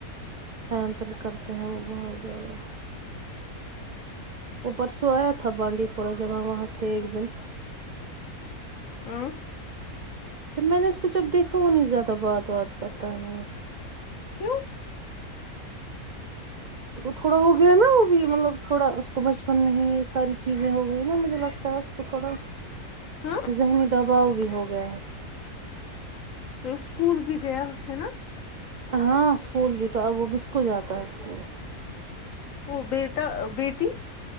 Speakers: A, on the right; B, on the left.
A: ہم پر کرتے ہیں وہ بہت زیادہ
B: ج
A: وہ پرسوں آیا تھا بانڈی پورہ جب ہم وہاں تھے ایک دن
B: ہاں
A: پھر میں نے اس کو جب دیکھا وہ نہیں زیادہ بات وات کرتا ہے
B: کیوں
A: تھوڑا وہ گیا نا وہ بھی مطلب تھوڑا اس کو بچپن میں ہی یہ ساری چیزیں ہو گئی نا مجھے لگتا ہے اس کو تھوڑا
B: ہاں
A: ذہنی دباؤ بھی ہو گیا ہے
B: اسکول بھی گیا ہے نا
A: ہاں اسکول بھی تو ا وہ بھی اس کو جاتا ہے اسکول
B: وہ بیٹا بیٹی